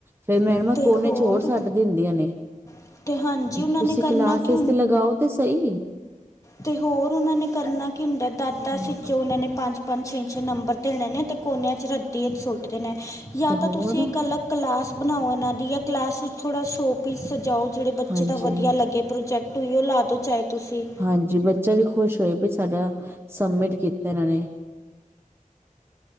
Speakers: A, on the right (about 15°); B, on the left (about 25°).
A: ਫੇਰ ਮੈਂਣਮਾ
B: ਅਤੇ
A: ਕੋਨੇ
B: ਹੋਰ
A: ਛੋਰ ਛੱਡ ਦਿੰਦੀਆਂ ਨੇ।
B: ਅਤੇ ਹਾਂਜੀ ਉਹਨਾਂ
A: ਤੁਸੀਂ
B: ਨੇ ਕਰਨਾ
A: ਕਲਾਸਿਸ
B: ਕੀ
A: ਤੇ ਲਗਾਓ ਤੇ ਸਹੀ।
B: ਤੇ ਹੋਰ ਉਹਨਾਂ ਨੇ ਕਰਨਾ ਕੀ ਹੁੰਦਾ, ਦਸ ਦਸ
A: ਹਾਂ,
B: ਈ ਚੋਂ ਉਹ ਨੇ ਪੰਜ ਪੰਜ ਛੇ ਛੇ ਨੰਬਰ ਦੇਣੇ ਨੇ, ਤੇ ਕੋਨਿਆਂ ਚ ਰੱਦੀ ਸੁੱਟਦੇਨੇ ਜਾਂ
A: ਤੇ
B: ਤਾਂ
A: ਹੋਰ
B: ਤੁਸੀਂ ਇੱਕ ਅਲੱਗ ਕਲਾਸ ਬਣਾਓ ਇਹਨਾਂ ਦੀ ਯਾ ਕਲਾਸ ਵਿੱਚ ਥੋੜ੍ਹਾ ਸ਼ੋਅ ਪੀਸ ਜਾਓ ਜਿਹੜੇ ਬੱਚੇ
A: ਹਾਂਜੀ
B: ਦਾ ਵਧੀਆ ਲੱਗੇ ਪ੍ਰੋਜੈਕਟ ਓਹਿਯੋ ਲਾ ਦਿਉ ਚਾਹੇ ਤੁਸੀਂ।
A: ਹਾਂਜੀ, ਬੱਚਾ ਵੀ ਖੁਸ਼ ਹੋਏ ਵੀ ਸਾਡਾ ਸਬਮਿਟ ਕੀਤਾ ਇਹਨਾਂ ਨੇ।